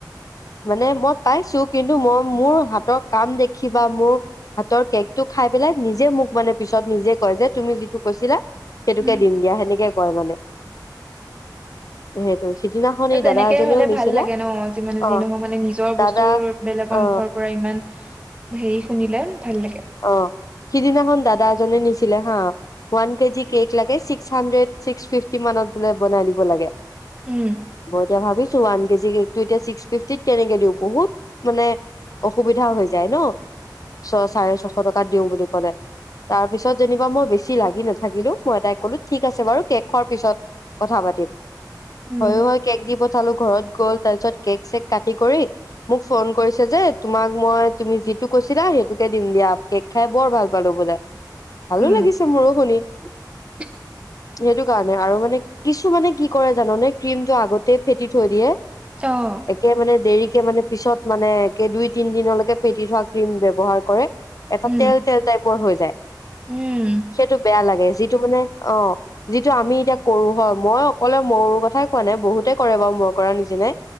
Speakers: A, on the left; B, on the right.
A: মানে মই পাইছোঁ, কিন্তু মই মোৰ হাতৰ কাম দেখি বা মোৰ হাতৰ কেকটো খাই পেলাই, নিজে মোক মানে পিছত নিজে কয় যে, 'তুমি যিটো কৈছিলা সেইটোকে
B: উম,
A: দিম দিয়া', সেনেকে কয় মানে। সেইটো। সিদিনাখন-
B: এ,
A: এই
B: তেনেকে
A: দাদা এজনেও
B: হ'লে
A: নিছিলে
B: ভাল লাগে ন'। যি মানে
A: অ
B: যি নহওক, মানে নিজৰ
A: দাদা
B: বস্তুৰ বেলেগৰ
A: অ
B: মুখৰ পৰা ইমান হেৰি শুনিলে, ভাল লাগে।
A: অহ। সিদিনাখন দাদা এজনে নিছিলে হা। ৱান কেজি কেক লাগে, ছিক্স হাণ্ড্ৰেড ছিক্স ফিফটি মানত বোলে বনাই দিব লাগে।
B: উম
A: মই এতিয়া ভাবিছোঁ ৱান কেজি কেকটো এতিয়া ছিক্স ফিফটিত কেনেকে দিওঁ। বহুত মানে অসুবিধা হৈ যায় ন। ছ চাৰে-ছশ টকাত দিওঁ বুলি ক'লে। তাৰ পিছত যেনিবা মই বেছ ছি লাগি নাথাকিলোঁ। মই তাই ক'লোঁ, 'ঠিক আছে বাৰু কেক খোৱাৰ পিছত কথা পাতিম।
B: উম
A: হয়, হয় কেক দি পঠালোঁ ঘৰত গৈ। তাৰপিছত কেক-চেক কাটি কৰি মোক ফোন কৰিছে যে, 'তোমাক মই তুমি যিটো কৈছিলা, সেইটোকে দিম দিয়া'। 'কেক খাই বৰ ভাল পালোঁ', বোলে। ভালো
B: উম
A: লাগিছে মোৰো শুনি।
B: <unintelligible>
A: সেইটো কাৰণে। আৰু মানে কিছুমানে কি কৰে জানোনে? ক্ৰীমটো আগতে ফেটি থৈ দিয়ে।
B: তহ।
A: একে মানে দেৰিকে মানে পিছত মানে, একে দুই-তিনদিনলৈকে ফেটি থোৱা ক্ৰীম ব্যৱহাৰ কৰে। এটা
B: উম
A: তেল তেল টাইপৰ হৈ যায়।
B: উম
A: সেইটো বেয়া লাগে, যিটো মানে, অহ। যিটো আমি এতিয়া কৰোঁ, হয়। মই অকলে মোৰ কথাই কোৱা নাই। বহুতে কৰে বাৰু মই কৰা নিচিনাই।